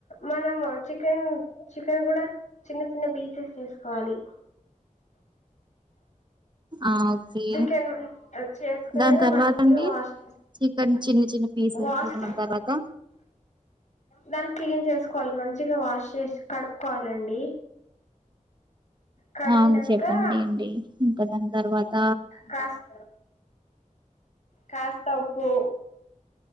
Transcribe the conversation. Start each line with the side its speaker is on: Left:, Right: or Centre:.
Left: మనం చికెన్ చికెన్ కూడా చిన్న చిన్న పీసెస్ చేసుకోవాలి
Right: ఆ ఓకే
Left: చికెన్ మన్ చేసుకున్నాక
Right: దాని తర్వాత
Left: మంచిగా
Right: అండి
Left: వాష్
Right: చికెన్ చిన్న చిన్న పీసెస్
Left: వాష్
Right: తీసుకున్న తర్వాత
Left: దాన్ని క్లీన్ చేసుకోవాలి మంచిగా వాష్ చేసి కడుక్కోవాలండి కడిగినంకా
Right: అవును చెప్పండి అండి ఇంకా దాని తర్వాత
Left: కాస్త కాస్త ఉప్పు